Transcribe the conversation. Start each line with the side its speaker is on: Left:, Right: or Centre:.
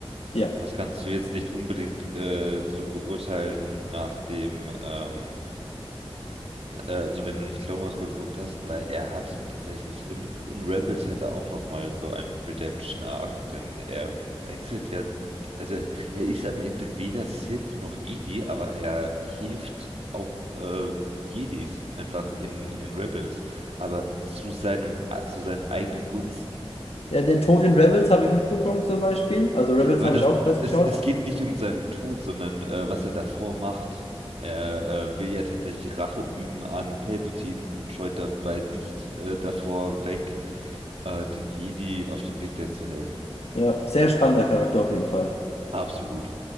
Left: Ja.
Right: Das kannst du jetzt nicht unbedingt äh, so beurteilen nach dem, ähm, äh, also wenn du nicht Clone Wars geguckt hast, aber er hat tatsächlich, und in Rebels hat er auch nochmal so einen Redemption-Arc, denn er wechselt ja, die- also er ist am Ende weder Sith noch Jedi, aber er hilft auch äh, Jedis einfach in, in Rebels, aber zu seinem, zu seinen eigenen Gunsten.
Left: Ja, den Tod in Rebels habe ich mitbekommen zum Beispiel. Also Rebels
Right: Aber
Left: habe
Right: das,
Left: ich auch fast
Right: es,
Left: geschaut.
Right: es geht nicht um seinen Tod, sondern äh, was er davor macht. Er äh, will ja tatsächlich Rache üben an Palpatine und scheut dabei nicht äh, davor weg, äh, den Jedi auf dem Weg dahin zu helfen.
Left: Ja, sehr spannender Charakter auf jeden Fall.
Right: Absolut.